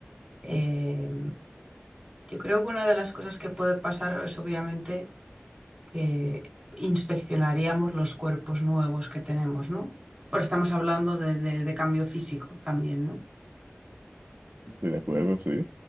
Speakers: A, on the right (about 20°); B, on the right (about 60°).
A: Eh, yo creo que una de las cosas que puede pasar es obviamente que inspeccionaríamos los cuerpos nuevos que tenemos, ¿no? Porque estamos hablando de, de- de cambio físico también, ¿no?
B: Estoy de acuerdo, sí.